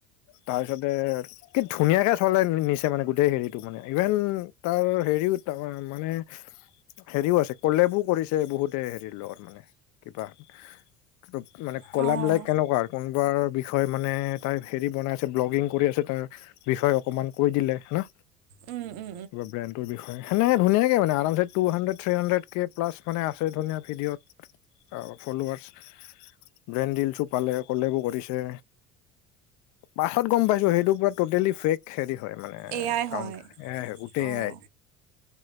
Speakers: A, on the left; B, on the right.
A: তাৰপিছতে কি ধুনীয়াকে চলে নিচে মানে গোটেই হেৰিত টো মানে। ইভেন তাৰ হেৰিও তা মানে হেৰিও আছে কলেবো কৰিছে বহুতে হেৰি লগত মানে কিবা। ত' মানে কলাবলাক
B: অঁ
A: কেনেকুৱা কোনোবাৰ বিষয়ে মানে তাই হেৰি বনাই আছে ব্লগিং কৰি আছে তাৰ বিষয়ে অকমান কৈ দিলে না।
B: উম, উম।
A: কিবা ব্ৰেণ্ডটোৰ বিষয়ে, সেনেকে ধুনীয়াকে মানে আৰামছে টু হাণ্ড্ৰেড, থ্ৰী হানণ্ড্ৰেড কে প্লাছ মানে আছে ধুনীয়া ভিডিঅ <inaudible> আ <unintelligible> ব্ৰেণ্ড দিলচো পালে, কলেবু কৰিছে। পাছত গম পাইছোঁ? সেইটোৰ পৰা টোটেলি ফেক হেৰি হয় মানে
B: এয়াই হয়
A: কাউন্ত এহ গোটেই
B: অঁ